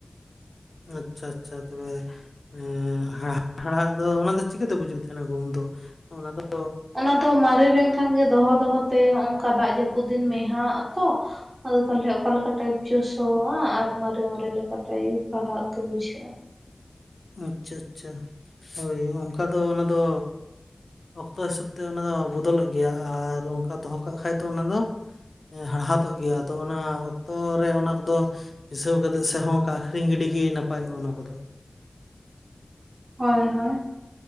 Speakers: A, on the left (about 60°); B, on the right (about 60°).
A: ᱟᱪᱪᱷᱟ ᱟᱪᱪᱷᱟ, ᱛᱚᱵᱮ ᱦᱮ ᱦᱟᱲᱟᱜ ᱫᱚ ᱚᱱᱟ ᱫᱚ ᱪᱤᱠᱟᱹᱛᱮ ᱵᱩᱡᱩᱜ ᱛᱟᱦᱮᱱᱟ ᱜᱩᱦᱩᱢ ᱫᱚ ᱚᱱᱟ ᱫᱚ
B: ᱚᱱᱟ ᱫᱚ ᱢᱟᱨᱮ ᱞᱮᱱᱠᱷᱟᱱ ᱜᱮ ᱫᱚᱦᱚ ᱫᱚᱦᱚᱛᱮ ᱦᱚ ᱚᱝᱠᱟ ᱫᱟᱜ ᱡᱟᱹᱯᱩᱫ ᱫᱤᱱ ᱢᱮᱦᱟᱜ ᱛᱚ, ᱟᱫᱚ ᱛᱟᱦᱚᱞᱮ ᱚᱠᱟ ᱞᱮᱠᱟ᱾ ᱯᱟᱴᱟᱭᱤᱯ ᱪᱚ ᱥᱚᱣᱟ ᱟᱨ ᱢᱟᱨᱮ ᱢᱟᱨᱮ ᱞᱮᱯᱟ ᱴᱟᱭᱤᱯ ᱦᱟᱲᱦᱟᱱ ᱠᱚ ᱵᱩᱡᱷᱟᱹᱜ-ᱟ᱾
A: ᱟᱪᱪᱷᱟ ᱟᱪᱪᱷᱟ, ᱦᱳᱭ ᱚᱝᱠᱟ ᱫᱚ ᱚᱱᱟ ᱫᱚ ᱚᱠᱛᱚ ᱦᱤᱥᱟᱹᱵᱽ ᱛᱮ ᱚᱱᱟ ᱫᱚ ᱵᱚᱫᱚᱞᱚᱜ ᱜᱮᱭᱟ ᱟᱨ ᱚᱝᱠᱟ ᱫᱚᱦᱚ ᱠᱟᱜ ᱠᱷᱟᱡ ᱫᱚ ᱚᱱᱟ ᱫᱚ ᱦᱟᱲᱦᱟᱛᱚᱜ ᱜᱮᱭᱟ ᱟᱫᱚ ᱚᱱᱟ ᱚᱠᱛᱚᱨ ᱨᱮ ᱚᱱᱟ ᱠᱚᱫᱚ ᱯᱤᱥᱟᱹᱣ ᱠᱟᱛᱮᱫ ᱥᱮ ᱦᱚᱸ ᱚᱱᱠᱟ ᱟᱹᱠᱷᱨᱤᱧ ᱜᱤᱰᱤ ᱜᱤ ᱱᱟᱯᱟᱭᱚᱜ-ᱟ ᱚᱱᱟ ᱠᱚᱫᱚ᱾
B: ᱦᱚᱭ ᱦᱚᱭ᱾